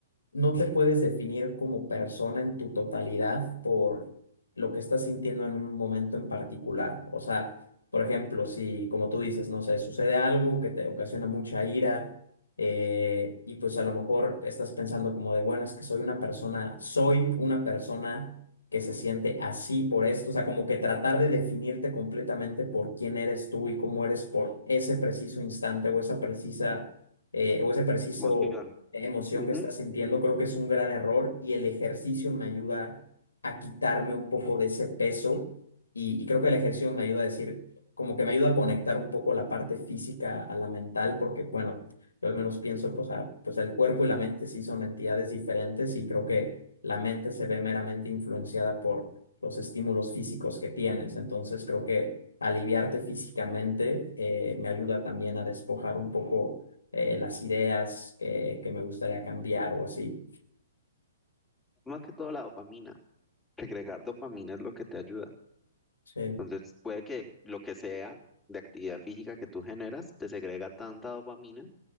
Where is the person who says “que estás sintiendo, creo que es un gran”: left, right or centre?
Left